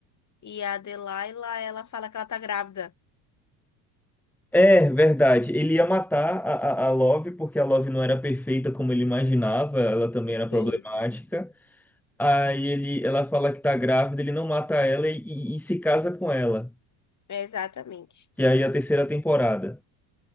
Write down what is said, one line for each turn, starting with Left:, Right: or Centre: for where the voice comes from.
Left: e a Delilah, ela fala que ela tá grávida.
Centre: É, verdade. Ele ia matar a, a, a Love porque a Love não era perfeita como ele imaginava, ela também era problemática.
Left: Isso.
Centre: Aí ele, ela fala que tá grávida, ele não mata ela e, e- e se casa com ela,
Left: Exatamente.
Centre: que aí é a terceira temporada.